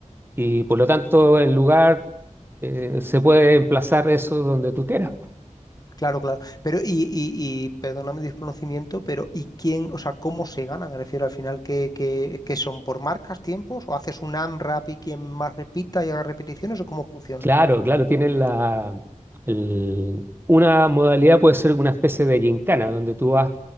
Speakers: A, on the right; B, on the left.
A: y por lo tanto el lugar eh, se puede emplazar eso donde tú quieras.
B: Claro, claro. Pero, y, y, y perdóname mi desconocimiento, pero ¿y quién, o sea, cómo se gana? Me refiero al final, ¿qué, qué, qué son? ¿Por marcas, tiempos? ¿O haces un AMRAP y quien más repita y haga repeticiones? ¿O cómo funciona?
A: Claro, claro, tienen la, el- una modalidad puede ser una especie de gincana, donde tú vas